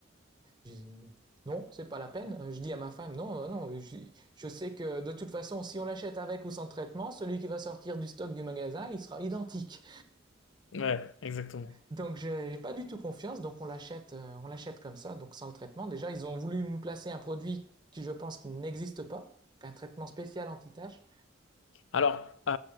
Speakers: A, on the right (about 20°); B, on the left (about 70°).
A: J'ai dit, non, c'est pas la peine. Euh, Je dis à ma femme, non, euh, non, je, je sais que de toute façon, si on l'achète avec ou sans traitement, celui qui va sortir du stock du magasin, il sera identique.
B: Ouais, exactement.
A: Donc j'ai j'ai pas du tout confiance, donc on l'achète, euh, on l'achète comme ça, donc sans le traitement. Déjà, ils ont voulu nous placer un produit qui, je pense, qui n'existe pas, un traitement spécial anti-tache.
B: Alors, heu,